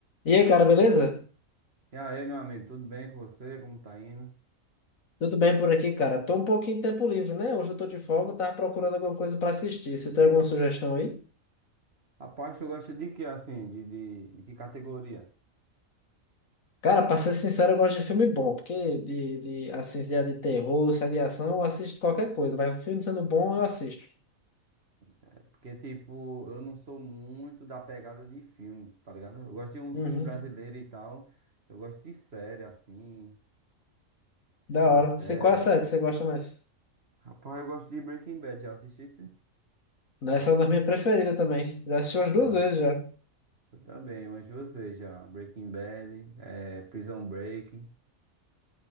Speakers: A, on the left; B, on the right.
A: E aí, cara, beleza?
B: E aí, meu amigo, tudo bem com você? Como tá indo?
A: Tudo bem por aqui, cara? Tô um pouquinho de tempo livre, né? Hoje eu tô de folga, tava procurando alguma coisa pra assistir. Você tem alguma sugestão aí?
B: Rapaz, tu gosta de que, assim, de, de, de que categoria?
A: Cara, pra ser sincero, eu gosto de filme bom, porque de, de assim, se é de terror, se é de ação, eu assisto qualquer coisa, mas o filme sendo bom, eu assisto.
B: É Porque, tipo, eu não sou muito da pegada de filme, tá ligado? Eu gosto de uns
A: Uhum.
B: filmes brasileiros e tal. Eu gosto de série, assim,
A: Da
B: uma
A: hora.
B: série.
A: Você, qual é a série que você gosta mais?
B: Rapaz, eu gosto de Breaking Bad, já assistisse?
A: Essa é uma das minhas preferidas também. Já assisti umas duas
B: Ah,
A: vezes já.
B: eu também, umas duas vezes já. Breaking Bad, é, Prison Break.